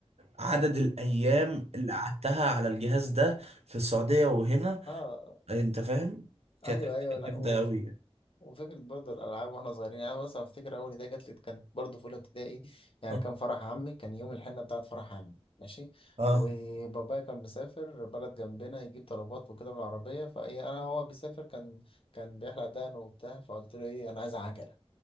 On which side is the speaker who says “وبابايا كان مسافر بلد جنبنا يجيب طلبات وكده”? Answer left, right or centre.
Left